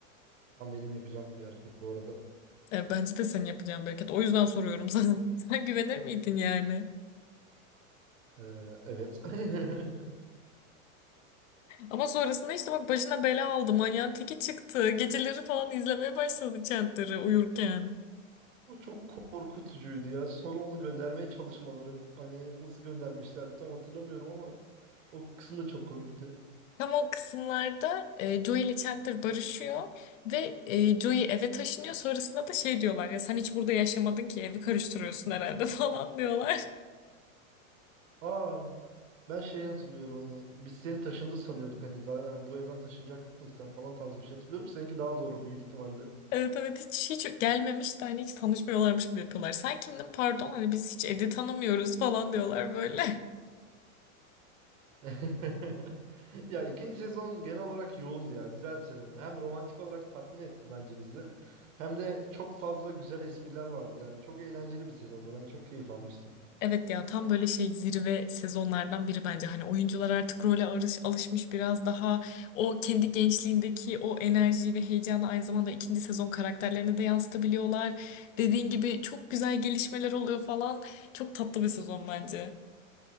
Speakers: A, on the right; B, on the left.
A: Tam benim yapacağım bir hareket bu arada.
B: E, bence de senin yapacağın bir hareket. O yüzden soruyorum sana. <laughs> Sen güvenir miydin yani?
A: Ee, evet. <laughs>
B: Ama sonrasında işte bak başına bela aldı. Manyağın teki çıktı. Geceleri falan izlemeye başladı Chandler'ı uyurken.
A: Bu çok korkutucuydu ya. Sonra onu göndermeye çalışmaları. Hani nasıl göndermişlerdi tam hatırlamıyorum ama o kısım da çok komikti.
B: Tam o kısımlarda e, Joey ile Chandler barışıyor ve e, Joey eve taşınıyor. Sonrasında da şey diyorlar ya sen hiç burada yaşamadın ki evi karıştırıyorsun herhalde <laughs> falan diyorlar.
A: Aa ben şeyi hatırlıyorum hani biz seni taşındı sanıyorduk hani za- bu evden taşınacaktın sen falan tarzı bir şey hatırlıyorum. Seninki daha doğru büyük ihtimalle.
B: Evet evet hiç hiç gelmemiş de hani hiç tanışmıyorlarmış gibi yapıyorlar. Sen kimdin pardon hani biz hiç Ed'i tanımıyoruz falan diyorlar böyle.
A: <laughs> Ya ikinci sezon genel olarak yoğundu ya. Güzel bir sezondu. Hem romantik olarak tatmin etti bence bizi. Hem de çok fazla güzel espriler vardı yani. Çok eğlenceli bir sezondu. Ben çok keyif almıştım.
B: Evet ya tam böyle şey zirve sezonlardan biri bence. Hani oyuncular artık role arış, alışmış biraz daha o kendi gençliğindeki o enerjiyi ve heyecanı aynı zamanda ikinci sezon karakterlerine de yansıtabiliyorlar. Dediğin gibi çok güzel gelişmeler oluyor falan. Çok tatlı bir sezon bence.